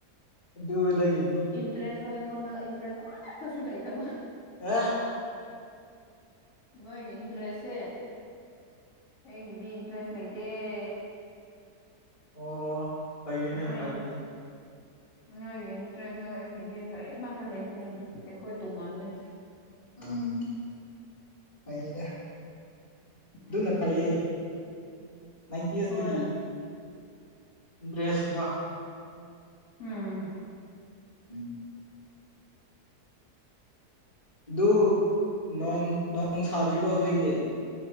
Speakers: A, on the left; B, on the left.
A: ꯑꯗꯨꯗꯒꯤꯅꯤ
B: ꯇꯔꯦꯁꯇꯣ ꯑꯩꯉꯣꯟꯗ ꯏꯟꯇꯔꯦꯁ ꯑꯃꯇꯥꯁꯨ ꯂꯩꯇꯕ
A: ꯑ
B: ꯅꯣꯏꯒꯤ ꯏꯟꯇꯔꯦꯁꯁꯦ ꯑꯩꯒꯤꯗꯤ ꯏꯟꯇ꯭ꯔꯦꯁ ꯂꯩꯇꯦ ꯑꯦ
A: ꯑꯣ ꯐꯩꯌꯦꯅꯦ
B: <unintelligible>
A: <inaudible>
B: ꯅꯣꯏꯒꯤ ꯏꯟꯇꯔꯦꯁꯇꯣ ꯑꯩꯒꯤꯗꯤ ꯀꯔꯤꯃꯠꯇ ꯂꯩꯠꯔꯦꯅꯦ ꯑꯩꯈꯣꯏ ꯇꯣꯉꯥꯟꯕꯅꯦ
A: ꯎꯝ ꯐꯩꯗ ꯑꯗꯨꯅ
B: ꯎꯝ
A: ꯐꯩꯌꯦ ꯅꯥꯏꯟꯇꯤꯁꯇꯒꯤ
B: ꯍꯣꯏ
A: ꯏꯟꯇ꯭ꯔꯦꯁꯗ
B: ꯎꯝ
A: ꯎꯝ ꯑꯗꯨ ꯅꯣꯡ ꯅꯣꯡ ꯁꯥꯗ꯭ꯔꯤꯕꯣ ꯍꯧꯖꯤꯛꯗꯤ